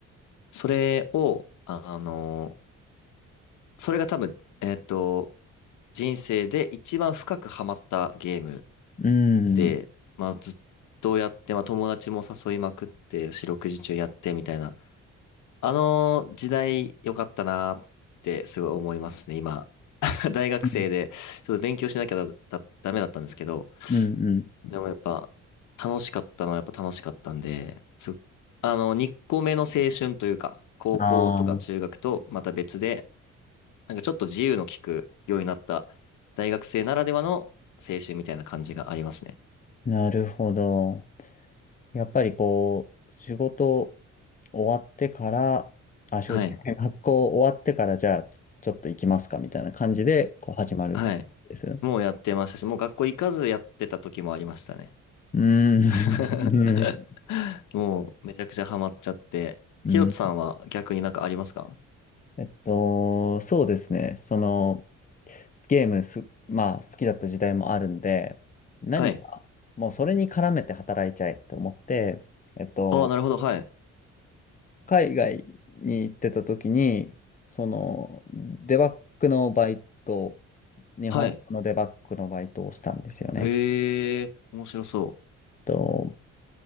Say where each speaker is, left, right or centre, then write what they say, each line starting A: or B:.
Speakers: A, on the left; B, on the left.
A: それを、あの、それが多分、えっと、人生で一番深くハマったゲーム
B: うん。
A: で、まあ、ずっとやって、まあ、友達も誘いまくって、四六時中やってみたいな、あの時代良かったなってすごい思いますね、今。<laughs> 大学生で、
B: うん
A: ちょっと勉強しなきゃだ、だ、ダメだったんですけど、
B: うんうん。
A: でもやっぱ、楽しかったのはやっぱ楽しかったんで、すあの、2個目の青春というか、高校とか中学とまた別で、
B: あ
A: なんかちょっと自由の利くようになった大学生ならではの青春みたいな感じがありますね。
B: あ、なるほど。やっぱりこう、仕事終わってから、あ、仕事じゃない、
A: はい。
B: 学校終わってから、じゃあ、ちょっと行きますかみたいな感じで、こう、始まるんです。
A: はい。もうやってましたし、もう学校行かずやってた時もありましたね。
B: うん。
A: <laughs>
B: う
A: もうめちゃくちゃハマっちゃって。ひろとさんは逆になんかありますか
B: ん。えっと、そうですね。その、ゲームす、まあ、好きだった時代もあるんで、何か、
A: はい。
B: もうそれに絡めて働いちゃえと思って、えっと、
A: ああ、なるほど。はい。
B: 海外に行ってた時に、その、デバッグのバイト、日本語のデバッグのバイトをしたんですよね。
A: はい。ええー、面白そう。
B: と、